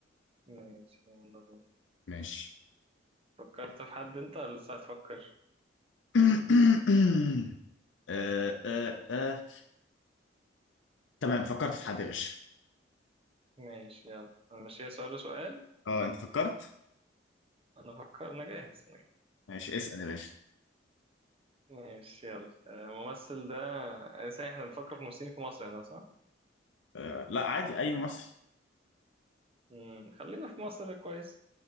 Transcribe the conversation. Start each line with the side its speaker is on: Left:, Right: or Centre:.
Right: ماشي يلا بينا
Left: ماشي
Right: فكرت في حد انت ولا لسه هتفكر
Left: <clears throat> <coughs> آه، آه، آه. تمام فكرت في حد يا باشا
Right: ماشي يلا هنمشيها سؤال وسؤال
Left: اه انت فكرت
Right: انا فكر انا جاهز
Left: ماشي اسأل يا باشا
Right: ماشي يلا آه، الممثل ده ازاي احنا بنفكر في ممثلين في مصر هنا صح؟
Left: آه لا عادي اي مصري
Right: مم. خلينا في مصر كويس